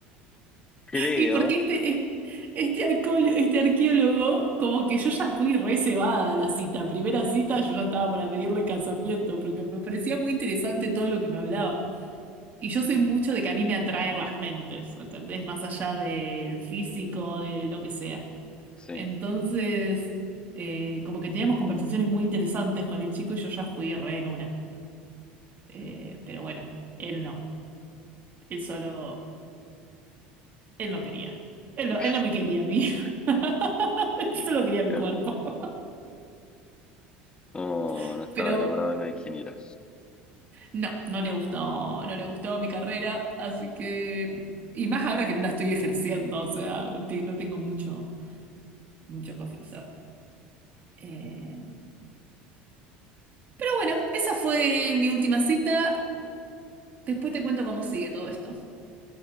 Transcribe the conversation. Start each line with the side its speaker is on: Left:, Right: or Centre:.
Left: creo,
Right: Y porque este, este, arqueólogo, este arqueólogo, como que yo ya fui re cebada a la cita. Primera cita yo ya estaba para pedirle casamiento, porque me parecía muy interesante todo lo que me hablaba. Y yo soy mucho de que a mí me atraen las mentes, ¿entendés? Más allá del físico, de lo que sea.
Left: sí,
Right: Entonces, eh, como que teníamos conversaciones muy interesantes con el chico y yo ya fui re en una. Eh, pero bueno, él no. Él solo. Él no quería. Él no,
Left: <laughs>
Right: él no me quería a mí. <laughs> Él solo quería
Left: claro,
Right: mi cuerpo.
Left: no,
Right: <laughs>
Left: no estaba
Right: Pero
Left: enamorado de una ingeniera.
Right: no, no le gustó, no le gustó mi carrera, así que... Y más ahora que no la estoy ejerciendo, o sea, no, te- no tengo mucho, mucho que ofrecer. Eh, pero bueno, esa fue mi última cita. Después te cuento cómo sigue todo esto.